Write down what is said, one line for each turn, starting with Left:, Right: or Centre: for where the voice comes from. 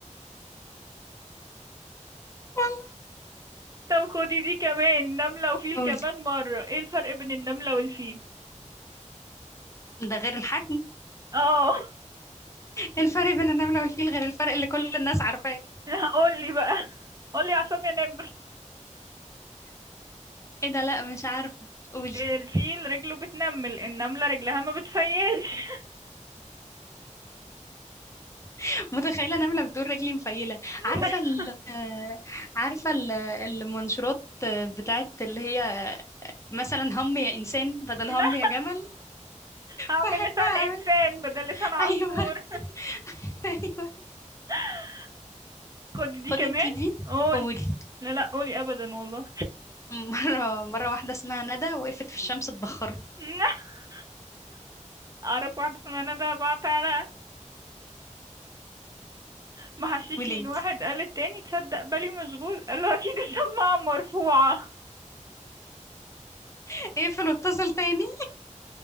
Left: والله،
Right: طب خدي دي كمان نملة وفيل
Left: قولي
Right: كمان مرة ايه الفرق بين النملة والفيل
Left: ده غير الحجم
Right: اه
Left: الفرق بين النمله والفيل غير الفرق اللي كل الناس عارفاه
Right: <laughs> قولي بقى قولي يا عصام يا نمر
Left: ايه ده لا مش عارفه قولي
Right: الفيل رجله بتنمل النملة رجلها ما بتفيلش
Left: <laughs> متخيله انا عامله بتقول رجلي مفيله
Right: <laughs>
Left: عارفه ال <laughs> آه، عارفه ال- المنشورات آه، بتاعت اللي هي مثلا هم يا انسان بدل
Right: لا
Left: هم يا جمل
Right: هعمل
Left: بحبها
Right: لسان انسان
Left: قوي
Right: بدل لسان عصفور
Left: ايوه <laughs> ايوه
Right: <laughs> خدي دي
Left: خدي
Right: كمان
Left: انتي دي
Right: قولي
Left: قولي
Right: لا لا قولي ابدا والله
Left: مره مره واحده اسمها ندى وقفت في الشمس اتبخرت
Right: <laughs> اعرف واحدة اسمها ندى بعت على محششين
Left: قولي انتي
Right: واحد قال التاني تصدق بالي مشغول قال له اكيد الشماعة مرفوعة
Left: <laughs> اقفل واتصل تاني